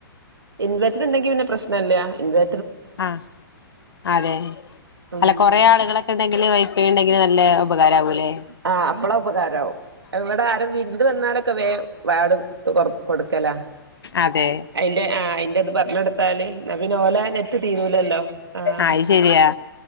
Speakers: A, on the right; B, on the left.
A: ഇൻവെർറ്റർ ഇണ്ടെങ്കി പിന്നെ പ്രശ്നെല്ല. ഇൻവെ
B: ആഹ്. അതെ.
A: ഉം
B: അല്ല കൊറെ ആളുകളൊക്കെ ഇണ്ടെങ്കില് വൈഫൈ ഇണ്ടെങ്കില് നല്ല ഉപകാരാവുംലേ.
A: ആഹ് അപ്പളാ ഉപകാരാവും. ഇവടെ ആരം വിരുന്ന് വന്നാലൊക്കെ വേം വാട് തൊ കൊടുക്കലാ.
B: അതെ.
A: അയ്ന്റെ ആഹ് അയ്ന്റെ ഇത് പറഞ്ഞൊടുത്താല് ന്നാ പിന്നെ ഓലെ നെറ്റ് തീരൂലല്ലോ. ആഹ്
B: ആയ്ശെരിയാ.